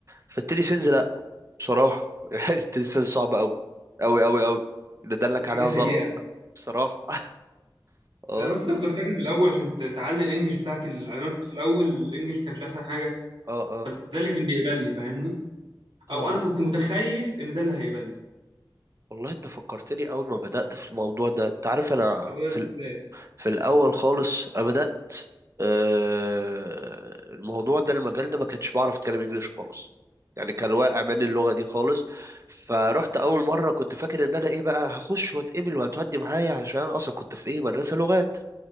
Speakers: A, on the right; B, on the right.
A: فالتيلي سيلز لا بصراحة <laughs> يعني التيلي سيلز صعب اوي اوي اوي اوي اللي دلك
B: دي حاجه
A: عليها
B: سيئه
A: ظلمة بصراحة <laughs> اه
B: آه، بس انت كنت محتاج في الاول عشان ت- تعلي الانجليش بتاعك ال- يعني انا كنت في الاول الانجليش ما كانش احسن حاجه
A: اه اه
B: فده اللي كان بيقبلني فاهمني
A: اه
B: او انا كنت متخيل ان ده اللي هيقبلني
A: والله انت فكرتني اول ما بدأت في الموضوع ده انت عارف انا
B: طب بدات
A: في
B: ازاي
A: ال... في الاول خالص انا بدأت آه... الموضوع ده المجال ده ما كنتش بعرف اتكلم انجليش خالص يعني كان واقع مني اللغة دي خالص فرحت اول مرة كنت فاكر ان انا ايه بقى هخش واتقبل وهتودي معايا عشان اصلا كنت في ايه مدرسة لغات